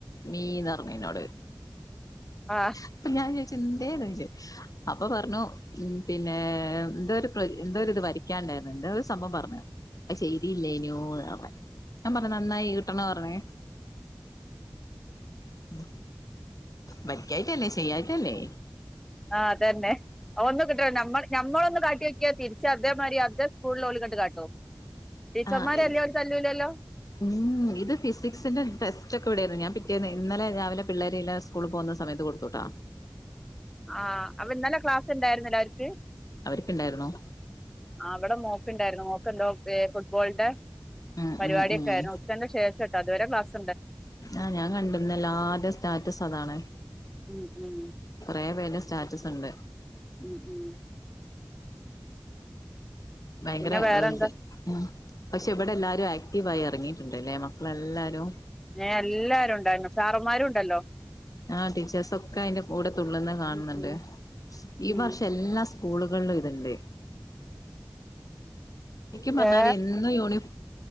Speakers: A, on the left; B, in the centre.
A: മീന്ന് പറഞ്ഞു എന്നോട്
B: ആഹ്
A: അപ്പൊ ഞാൻ <unintelligible> എന്തേ ചോദിച്ചു അപ്പൊ പറഞ്ഞു ഉം പിന്നെ എന്തോ ഒരു പ്ര എന്തോ ഒരു ഇത് വരയ്ക്കാണ്ടായിരുന്നു എന്തോ ഒരു സംഭവം പറഞ്ഞു അത് ശെരിയില്ലേനു ഞാൻ പറഞ്ഞ് നന്നായി കിട്ടണേ പറഞ്ഞേ ഉം ബെറ്റായിട്ടല്ലേ ചെയ്യാഞ്ഞിട്ടല്ലേ
B: ആഹ് അതന്നെ ഒന്ന് കിട്ടണ നമ്മള് ഞമ്മളൊന്ന് കാട്ടി നോക്കിയാ തിരിച്ച് അതേ മാരീ അതേ സ്കൂളില് ഓല് ഇങ്ങട്ട് കാട്ടും ടീച്ചറന്മാറ്
A: ആഹ്
B: തല്ലിയാ
A: ഇത്
B: ഓല് തല്ലൂലല്ലോ
A: ഉം ഇത് ഫിസിക്സിന്റെ ടെസ്‌റ്റൊക്കെ ഇവിടേരുന്നു ഞാൻ പിറ്റേന്ന് ഇന്നലെ രാവിലെ പിള്ളേരെല്ലാം സ് സ്കൂളില് പോകുന്ന സമയത്ത് കൊടുത്തൂട്ടാ
B: ആഹ് അപ്പൊ ഇന്നല ക്ലാസ്സ് ഇണ്ടായിരുന്നില്ല അവർക്ക്
A: അവർക്കുണ്ടായിരുന്നു
B: അവിടെ മോക്കുണ്ടായിരുന്നു മോക്കെന്തോ ഫുട്ബോളിന്റെ
A: ഉം
B: പരിപാടിയൊക്കെ
A: ഉം ഉം
B: ആയിരുന്നു <unintelligible> ശേഷട്ടോ അതുവരെ ക്ളാസ്
A: ആഹ് ഞാൻ കണ്ട് ഇന്ന് എല്ലാർടേം സ്റ്റാറ്റസ് അതാണ്
B: ഉം ഉം
A: കൊറെ പേര്ടെ സ്റ്റാറ്റസ് കണ്ട്
B: ഉം ഉം
A: ഭയങ്കര
B: പിന്നെ വേറെന്താ
A: <unintelligible> ഉം പക്ഷെ ഇവിടെ എല്ലാരും ആക്റ്റീവായി എറങ്ങിയിട്ടുണ്ടല്ലേ മക്കളെല്ലാരും
B: <unintelligible> എല്ലാരും ഉണ്ടായിരുന്നു സാറന്മാരും ഉണ്ടല്ലോ
A: ആഹ് ടീച്ചേഴ്‌സ് ഒക്ക അയിന്റെ കൂടെ തുള്ളുന്ന കാണുന്ന്ണ്ട്
B: ഉം ഉം
A: ഈ
B: ഉം
A: വർഷം എല്ലാ സ് സ്കൂളുകളിലും ഇതുണ്ടേ ശരിക്കും പറഞ്ഞാല്
B: ഏ
A: എന്നും യൂണിഫോ